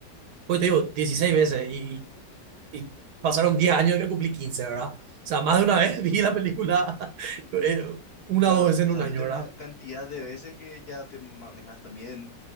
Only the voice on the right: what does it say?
Pues te digo, dieciséis
veces y, y pasaron 10 años de que cumplí quince ¿verdad? O sea, más de una vez <laughs> vi la película <laughs> eh, una
o dos veces
en
un año,
¿verdad?